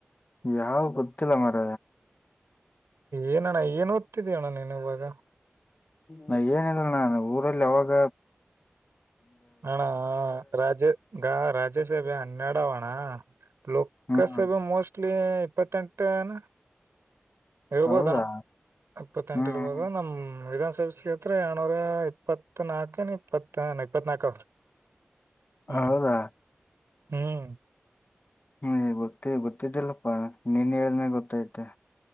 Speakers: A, on the left; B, on the right.
A: ಯಾವ ಗೊತ್ತಿಲ್ಲ ಮರ
B: ಏನಣ್ಣ ಏನ್ ಓದ್ತಿದೀಣ್ಣ ನೀನು ಇವಾಗ
A: ನ ಏನಲ್ ನಾನು ಊರಲ್ಲಿ ಯಾಗ
B: ಹಣ ರಾಜ ಂಗ ರಾಜ್ಯಸಭೆ ಹನ್ನೆಡ ಅವಣ ಲೋಕಸಭೆ
A: ಹ್ಮ್
B: ಮೋಸ್ಟ್ಲಿ ಇಪ್ಪತ್ತಂಟಾನ ಇರ್ಬೋದಣ
A: ಹೌದಾ
B: ಇಪ್ಪತ್ತೆಂಟು
A: ಹ್ಮ್
B: ಇರ್ಬೋದ
A: ಹ್ಮ್.
B: ನಮ್ ವಿಧಾನಸ ತ್ರ ಯನೋರ ಇಪ್ಪತ್ ನಾಲ್ಕನ್ ಇಪ್ಪತ್ತ ಇಪ್ಪತ್ ನಾಕ ಅವ ಹ್ಮ್
A: ಹೌದಾ
B: ಹ್ಮ್
A: ಹ್ಮ್ ಗೊತ್ತ ಗೊತ್ತಿದ್ದಿಲ್ಲಪ್ಪಾ ನೀನ್ ಹೇಳ್ಮೇ ಗೊತ್ತೈತೆ